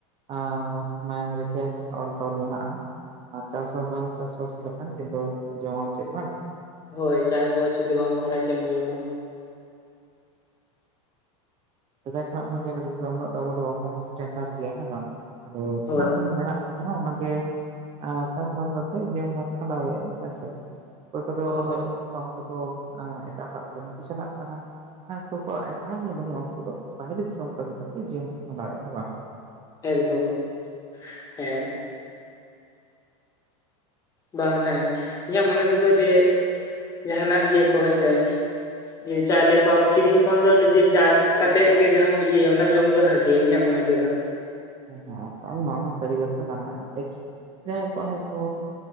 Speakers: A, on the right; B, on the left.
A: ᱟᱸ ᱢᱟᱭᱟᱝ ᱨᱮᱜᱮ ᱚᱞ ᱛᱚᱞ ᱢᱮᱱᱟᱜᱼᱟ᱾ ᱟᱨ ᱪᱟᱥᱵᱟᱥ ᱵᱟᱢ ᱪᱟᱥᱼᱵᱟᱥ ᱞᱮᱠᱷᱟᱱ ᱠᱤᱱᱛᱩ ᱡᱚᱢᱟᱢ ᱪᱮᱫ ᱵᱟᱝ᱾
B: ᱦᱳᱭ ᱪᱟᱥᱼᱵᱟᱥ ᱡᱩᱫᱤ ᱵᱟᱢ ᱠᱚᱨᱟᱣᱼᱟ ᱪᱮᱢ ᱡᱚᱢᱟ?
A: ᱥᱮᱫᱟᱭ ᱠᱷᱚᱱᱟᱜ ᱵᱚᱱ ᱧᱮᱞ ᱟᱹᱜᱩ ᱠᱮᱫᱟ ᱩᱱᱟᱹᱜ ᱟᱵᱚ ᱫᱚ ᱵᱟᱝᱵᱚᱱ ᱥᱴᱮᱱᱰᱟᱨ ᱜᱮᱭᱟ ᱦᱮᱸ ᱵᱟᱝ ᱟᱫᱚ ᱡᱟᱦᱟᱸ
B: ᱦᱳᱭ
A: <unintelligible> <unintelligible> ᱟᱫᱷᱚ ᱱᱟᱦᱜ ᱚᱱᱟᱜᱮ ᱟᱨ ᱪᱟᱥᱼᱵᱟᱥ ᱠᱟᱛᱮᱜ ᱡᱤᱭᱚᱱ ᱵᱚᱱ ᱠᱷᱟᱸᱰᱟᱣᱮᱜᱼᱟ, ᱦᱮᱸᱥᱮ᱾ <unintelligible> <unintelligible>
B: ᱦᱳᱭ
A: ᱩᱱᱠᱩ ᱫᱚ ᱮᱸ ᱮᱴᱟᱜ ᱦᱚᱲᱟᱜ ᱠᱟᱹᱢᱤ ᱠᱚ ᱪᱟᱞᱟᱜ ᱠᱟᱱᱟ ᱟᱨ ᱚᱠᱚᱭ ᱠᱚᱣᱟᱜ ᱮᱠᱟᱞ ᱜᱮ ᱵᱟᱹᱱᱩᱜᱼᱟᱼᱼ ᱩᱱᱠᱩ ᱫᱚ ᱵᱟᱦᱨᱮ ᱫᱤᱥᱚᱢ ᱠᱟᱹᱢᱤ ᱠᱟᱛᱮ ᱡᱤᱭᱚᱱ ᱠᱚ ᱠᱷᱟᱸᱰᱟᱣ ᱮᱫᱼᱟ ᱵᱟᱝ᱾
B: ᱮᱠᱫᱚᱢ ᱦᱮᱸ᱾ ᱵᱟᱝ ᱦᱮᱸ ᱤᱧᱟᱹᱜ ᱢᱚᱱᱮ ᱛᱮᱫᱚ ᱡᱮ ᱡᱟᱦᱟᱱᱟᱜ ᱤᱭᱟᱹ ᱠᱚ ᱦᱮᱸᱥᱮᱼᱼ <unintelligible> ᱪᱟᱣᱞᱮ ᱠᱚᱣᱟᱢ ᱠᱤᱨᱤᱧ ᱠᱷᱚᱱ ᱫᱚ ᱱᱤᱡᱮ ᱪᱟᱥ ᱠᱟᱛᱮᱜ ᱜᱮ ᱡᱟᱦᱟᱸᱟᱢ ᱤᱭᱟᱹᱭᱟ ᱚᱱᱟ ᱡᱚᱢᱜᱮ ᱵᱷᱟᱜᱼᱼ ᱜᱮ ᱤᱧᱟᱹᱜ ᱢᱚᱱᱮ ᱛᱮᱫᱚᱼᱼ
A: ᱮᱦᱚᱸ ᱟᱨ ᱱᱚᱣᱟ ᱢᱟ ᱥᱟᱹᱨᱤ ᱠᱟᱛᱷᱟ ᱠᱟᱱᱟ ᱮᱱᱛᱮ ᱡᱟᱸᱦᱟᱭ ᱠᱚ ᱦᱚᱭᱛᱚᱼᱼ